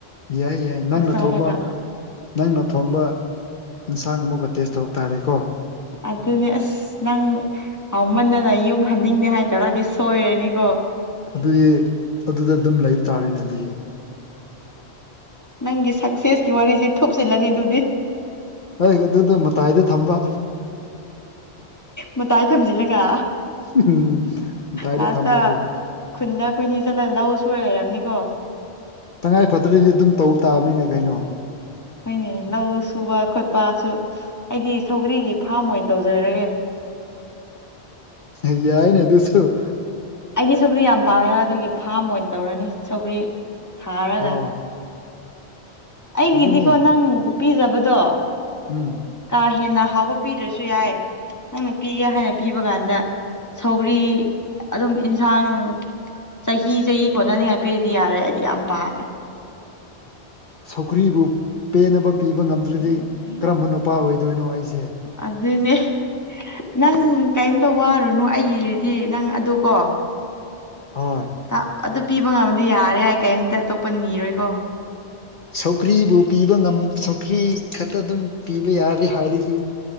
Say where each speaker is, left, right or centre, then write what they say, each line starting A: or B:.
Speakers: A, on the left; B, on the left.
A: ꯌꯥꯏ ꯌꯥꯏ ꯅꯪꯅ
B: ꯆꯥꯛ ꯆꯥꯔꯒ
A: ꯊꯧꯕ ꯅꯪꯅ ꯊꯣꯡꯕ ꯏꯟꯁꯥꯡ ꯑꯃꯨꯛꯀ ꯇꯦꯁ ꯇꯧꯕ ꯇꯥꯔꯦꯀꯣ
B: ꯑꯗꯨꯅꯦ ꯑꯁ ꯅꯪ ꯍꯥꯎꯃꯟꯅꯅ ꯌꯨꯝ ꯍꯟꯅꯤꯡꯗꯦ ꯍꯥꯏꯇꯥꯔꯗꯤ ꯁꯣꯏꯔꯅꯤꯀꯣ
A: ꯑꯗꯨꯗꯤ ꯑꯗꯨꯗ ꯑꯗꯨꯝ ꯂꯩꯕ ꯇꯥꯔꯦꯅꯦ ꯑꯗꯨꯗꯤ
B: ꯅꯪꯒꯤ ꯁꯛꯁꯦꯁꯀꯤ ꯋꯥꯔꯤꯁꯦ ꯊꯨꯞꯆꯤꯜꯂꯅꯤ ꯑꯗꯨꯗꯤ
A: ꯍꯣꯏ ꯑꯗꯨꯗꯣ ꯃꯇꯥꯏꯗ ꯊꯝꯕ
B: ꯃꯇꯥꯏ ꯊꯝꯖꯤꯜꯂꯒ
A: ꯎꯝ ꯇꯥꯏꯔꯦ
B: ꯂꯥꯁꯇ
A: ꯊꯝꯕ ꯑꯗꯨ
B: ꯈꯨꯟꯗ ꯈꯣꯏꯟꯅꯤ ꯆꯠꯂ ꯂꯧ ꯁꯨꯔ ꯂꯩꯔꯕꯝꯅꯤꯀꯣ
A: ꯇꯉꯥꯏ ꯐꯗ꯭ꯔꯗꯤ ꯑꯗꯨꯝ ꯇꯧꯕ ꯇꯥꯕꯅꯤꯅ ꯀꯩꯅꯣ
B: ꯍꯣꯏꯅꯦ ꯂꯧ ꯁꯨꯕ ꯈꯣꯠꯄꯁꯨ ꯑꯩꯗꯤ ꯁꯧꯒ꯭ꯔꯤꯒꯤ ꯐꯥꯝ ꯑꯣꯏꯅ ꯇꯧꯖꯔꯒꯦ
A: ꯌꯥꯏꯅꯦ ꯑꯗꯨꯨꯁꯨ
B: ꯑꯩꯗꯤ ꯁꯧꯒ꯭ꯔꯤ ꯌꯥꯝ ꯄꯥꯝꯃꯦꯕ ꯑꯗꯨꯒꯤ ꯐꯥꯝ ꯑꯣꯏꯅ ꯇꯧꯔꯅꯤ ꯁꯧꯒ꯭ꯔꯤ ꯊꯥꯔꯒ
A: ꯍꯣꯏ
B: ꯑꯩꯒꯤꯗꯤꯀꯣ
A: ꯑꯗꯨꯅꯦ
B: ꯅꯪ ꯄꯤꯖꯕꯗꯣ
A: ꯎꯝ
B: ꯀꯥ ꯍꯦꯟꯅ ꯍꯥꯎꯕ ꯄꯤꯗ꯭ꯔꯁꯨ ꯌꯥꯏ ꯅꯪꯅ ꯄꯤꯒꯦ ꯍꯥꯏꯅ ꯄꯤꯕ ꯀꯥꯟꯗ ꯁꯧꯒꯔꯤ ꯑꯗꯨꯝ ꯑꯦꯟꯁꯥꯡ ꯆꯍꯤ ꯆꯍꯤ ꯀꯣꯟꯅꯅꯤꯡꯉꯥꯏ ꯄꯤꯔꯗꯤ ꯌꯥꯔꯦ ꯑꯩꯗꯤ ꯌꯥꯝ ꯄꯥꯝꯃꯦ
A: ꯁꯧꯀ꯭ꯔꯤꯕꯨ ꯄꯦꯟꯅꯕ ꯄꯤꯕ ꯉꯝꯗ꯭ꯔꯗꯤ ꯀꯔꯝꯕ ꯅꯨꯄꯥ ꯑꯣꯏꯗꯣꯏꯅꯣ ꯑꯩꯁꯦ
B: ꯑꯗꯨꯅꯦ ꯅꯪ ꯀꯔꯤꯝꯇ ꯋꯥꯔꯨꯅꯨ ꯑꯩꯒꯤꯗꯤ ꯅꯪ ꯑꯗꯨ ꯀꯣ
A: ꯍꯣꯏ
B: ꯇ ꯑꯗꯨ ꯄꯤꯕ ꯉꯝꯗꯤ ꯌꯥꯔꯦ ꯑꯩ ꯀꯩꯝꯇ ꯑꯇꯣꯞꯄ ꯅꯤꯔꯣꯏꯀꯣ
A: ꯁꯧꯀ꯭ꯔꯤꯕꯨ ꯄꯤꯕ ꯉꯝ ꯁꯧꯀ꯭ꯔꯤ ꯈꯛꯇ ꯑꯗꯨꯝ ꯄꯤꯕ ꯌꯥꯔꯦ ꯍꯥꯏꯔꯤꯗꯤ